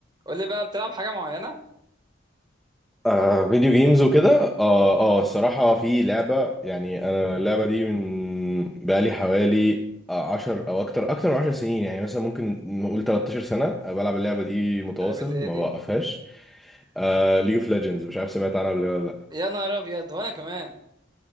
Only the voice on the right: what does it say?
قول لي بقى بتلعب حاجة معينة؟
لعبة ايه
دي؟
يا نهار ابيض وانا كمان